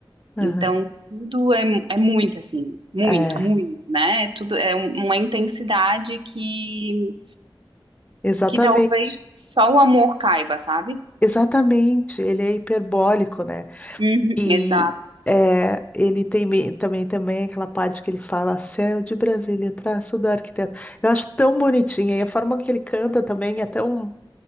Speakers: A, on the left; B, on the right.
A: aham,
B: Então, tudo é, é muito, assim, muito,
A: é,
B: muito, né? Tudo é um- uma intensidade que
A: exatamente,
B: que talvez só o amor caiba, sabe?
A: exatamente, ele é hiperbólico, né?
B: Uhum,
A: E
B: Exato,
A: é, ele tem me- também, também aquela parte que ele fala Céu de Brasília, traço do arquiteto. Eu acho tão bonitinha. E a forma que ele canta também é tão,